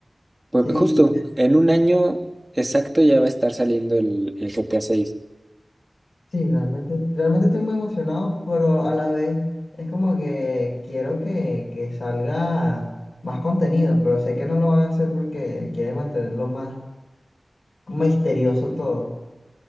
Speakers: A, on the right; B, on the left.
A: Pues
B: Sí,
A: justo, en un año exacto ya va a estar saliendo el, el G T A seis
B: sí, realmente, realmente estoy muy emocionado, pero a la vez es como que quiero que, que salga más contenido, pero sé que no lo van a hacer porque quieren mantenerlo más misterioso todo.